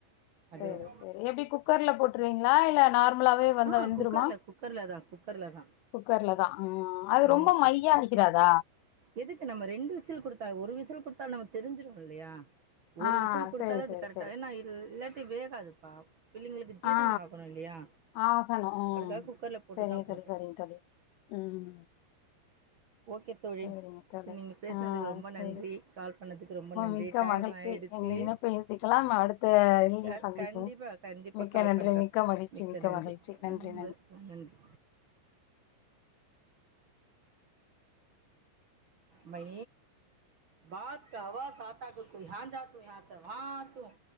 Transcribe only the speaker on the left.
சரி, சரி. எப்டி குக்கர்ல போட்டுருவீங்களா? இல்ல நார்மலாவே வெந்தா
வெந்துருமா?
குக்கர்ல தான். ஆ அது
ரொம்ப மையா அடிக்கிறாதா?
ஆ
சரி,
சரி,
சரி.
ஆ
ஆகணு ம்
சரிங்க
தோழி சரிங்க தோழி ம்
சரிங்க தோழி
ஆ
சரி
மிக்க
மகிழ்ச்சி
எங்கள் இணைப்பை நிறுத்திக்கலாம் அடுத்த இதில்
சந்திப்போம்
மிக்க
நன்றி
மிக்க மகிழ்ச்சி
மகிழ்ச்சி நன்றி